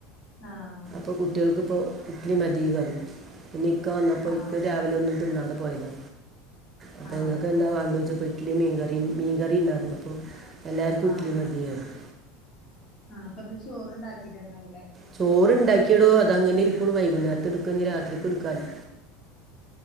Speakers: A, on the left; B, on the right.
A: ആഹ്
B: പ്പോ കുട്ട്യോൾക്കിപ്പോ ഇഡ്ലി മതീന്നർഞ്ഞു. പിന്നെ ഇക്ക വന്നപ്പോ
A: ആഹ്
B: ഇപ്പ് രാവിലൊന്നും തിന്നാതെ പോയതാ അപ്പെ
A: ആഹ്
B: ഇങ്ങക്ക് എന്താ
A: ആഹ്
B: വാണ്ടെയ്ച്ചപ്പോ ഇഡ്ലിം മീൻകറിം. മീൻകറിണ്ടാർന്നപ്പോ എല്ലാർക്കും
A: ആഹ്
B: ഇട്ട്ലി മതീ യർഞ്ഞു.
A: ആഹ് അപ്പ ന്ന് ചോറ്ണ്ടാക്കിട്ടുണ്ടാവൂലെ.
B: ചോറ് ഇണ്ടാക്കിയെടോ അത് അങ്ങനെ ഇരിക്ക്ണു വൈകുന്നേരത്ക്ക് ഇടുക്കാ രാത്രിക്കും ഇട്ക്കാലോ